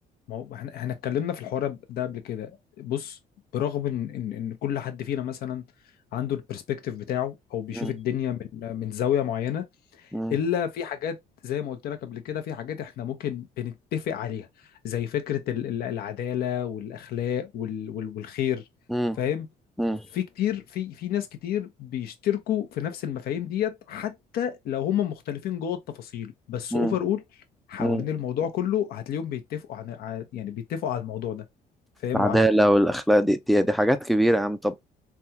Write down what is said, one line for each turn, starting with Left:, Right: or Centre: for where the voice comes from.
Left: ما هو احنا احنا اتكلمنا في الحوار ده قبل كده بص برغم ان ان ان كل حد فينا مثلا عنده البرسبكتيف بتاعه او بيشوف
Centre: مم.
Left: الدنيا من من زاويه معينه
Centre: مم.
Left: الا في حاجات زي ما قلت لك قبل كده في حاجات احنا ممكن بنتفق عليها زي فكرة ال- ال- العدالة والاخلاق وال وال والخير
Centre: مم.
Left: فاهم
Centre: مم.
Left: في كتير في في ناس كتير بيشتركوا في نفس المفاهيم ديت حتى لو هم مختلفين جوه التفاصيل بس
Centre: مم.
Left: اوفر اول حوالين
Centre: مم.
Left: الموضوع كله هتلاقيهم بيتفقوا عن ع- يعني بيتفقوا على الموضوع ده فاهم
Centre: العدالة
Left: وعارف
Centre: والأخلاق دي, دي دي حاجات كبيرة يا عم طب